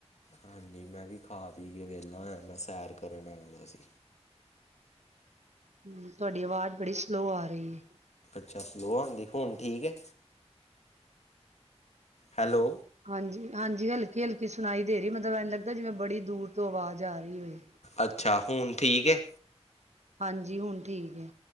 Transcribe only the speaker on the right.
ਹੂੰ, ਤੁਹਾਡੀ ਆਵਾਜ਼ ਬੜੀ ਸਲੋਅ ਆ ਰਹੀ ਹੈ।
ਹਾਂਜੀ-ਹਾਂਜੀ, ਹਲਕੀ ਹਲਕੀ ਸੁਣਾਈ ਦੇ ਰਹੀ ਮਤਲਬ ਐਨ ਲੱਗਦਾ ਜਿਵੇਂ ਬੜੀ ਦੂਰ ਤੋਂ ਆਵਾਜ਼, ਆ ਰਹੀ ਹੋਏ
ਹਾਂਜੀ ਹੁਣ ਠੀਕ ਹੈ,